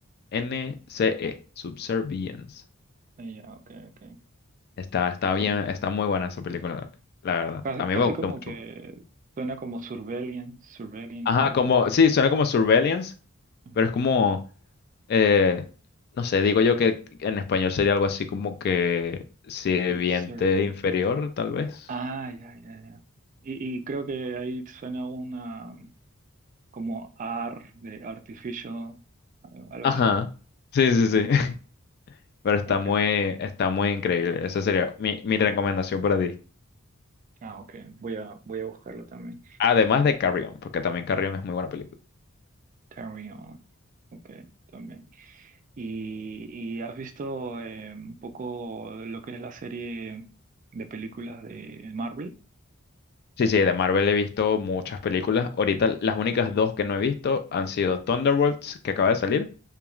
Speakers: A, on the left; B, on the right.
A: NCE, Subservience.
B: Ah, Ya, ok, ok.
A: Está, está
B: Como
A: bien, está muy buena esa película, la verdad.
B: Ca-
A: A mí
B: Casi
A: me gustó
B: como
A: mucho.
B: que suena como surveillant, surveillant,
A: Ajá,
B: algo
A: como,
B: así.
A: sí, suena como Surveillance,
B: Ajá.
A: pero es como, eh, no sé, digo yo que en español sería algo así como que sirviente
B: Subservient.
A: inferior, tal vez.
B: Ah, ya, ya, ya. Y, y creo que ahí suena una um, como AR de artificial, algo algo
A: Ajá,
B: así.
A: sí, sí,
B: Ah,
A: sí, <laughs> pero está
B: ok.
A: muy, está muy increíble. Esa sería mi, mi recomendación para ti.
B: Ah, ok. Voy a, voy a buscarlo también.
A: Además de Carrion, porque también Carrion es muy buena película
B: Carry on. Ok, también. ¿Y, y has visto eh, un poco lo que es la serie de películas de Marvel?
A: Sí, sí, de Marvel he visto muchas películas. Ahorita las únicas dos que no he visto han sido Thunderbolts, que acaba de salir,